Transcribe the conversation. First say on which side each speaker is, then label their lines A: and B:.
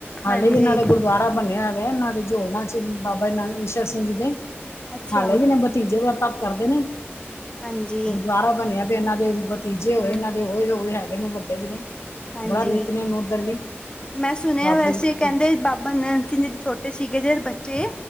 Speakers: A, on the left (about 85°); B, on the left (about 20°).
A: ਹਾਲੇ
B: ਹਾਂਜੀ
A: ਵੀ ਇਹਨਾਂ ਦਾ ਗੁਰਦੁਆਰਾ ਬਣਿਆ ਵੇ, ਓਹਨਾਂ ਦੇ ਝੋ ਨਾ'ਚ, ਬਾਬਾ ਦੇ ਨਾ ਈਸ਼ਰ ਸਿੰਘ ਜੀ ਦੇ।
B: ਅੱਛਾ
A: ਹਾਲੇ ਵੀ, ਨਾ ਦੇ ਭਤੀਜੇ ਬੜਾ ਤਪ ਕਰਦੇ ਨੇ।
B: ਹਾਂਜੀ
A: ਗੁਰਦੁਆਰਾ ਬਣਿਆ ਪਇਆ, ਇਹਨਾਂ ਦੇ ਭਤੀਜੇ ਹੋਏ,
B: ਹਮ
A: ਇਹਨਾ ਤੇ ਓ ਲੋਗ ਹੈਗੇ ਨੇ ਵੱਡੇ ਜੇ ਨੇ,
B: ਹਾਂਜੀ
A: ਬੜਾ ਨਿੱਤਨੇਮ ਉਧਰ ਵੀ।
B: ਮੈਂ ਸੁਨਿਆ
A: ਬਾਬਾ
B: ਵੈਸੇ,
A: ਜੀ ਪਤੀ
B: ਕਹਿੰਦੇ ਬਾਬਾ ਨੰਦ ਸਿੰਘ ਜਦ ਛੋਟੇ ਸੀਗੇ ਜਿਹੜੇ ਬੱਚੇ,